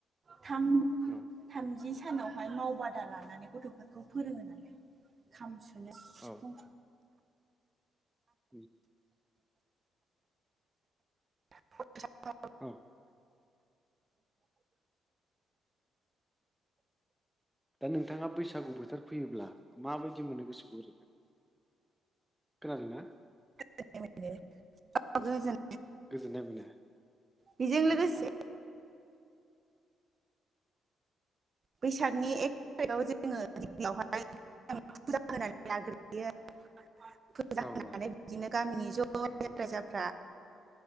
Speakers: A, on the right; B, in the centre.
A: थाम
B: औ
A: थामजि सानावहाय मावबादा लानानै गथ'फोरखौ फोरोंङो नालाय खाम सुनो सिफुं
B: औ उम
A: <unintelligible>
B: अ औ नोंथाङा बैस सागु बोथोर फैयोब्ला माबायदि मोनो गोसोखौ ओरैहाय खोनादों ना?
A: <unintelligible> अ गोजोन
B: गोजोननाय मोनो
A: बेजों लोगोसे
B: आह
A: बैसागनि एक थारिआव जोंङो दियावहाय फुजा होनानै लाग्रोयो फोजा
B: औ
A: होनानै
B: औ
A: बिदिनो गामिनि ज'रायजो
B: उम
A: राजाफ्रा